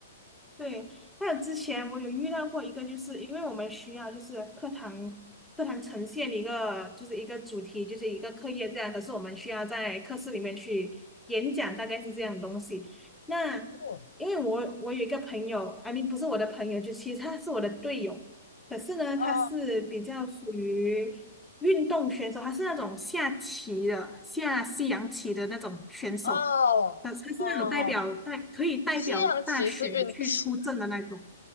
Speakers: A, in the centre; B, on the left.
A: 对，还有之前我有遇到过一个，就是因为我们需要就是课堂课堂呈现一个就是一个主题，就是一个课业这样，可是我们需要在课室里面去演讲，大概是这样的东西。那
B: 哦，
A: 因为我我有一个朋友，I m 不是我的朋友，就其实他是我的队友，可是呢，
B: 哦
A: 他是比较属于运动选手，他是那种下棋的，下西洋棋的那种选手。
B: 哦哦，
A: 他他是那种代表代可以代表大选去出征的那种，
B: 西洋棋是运，<laughs> 西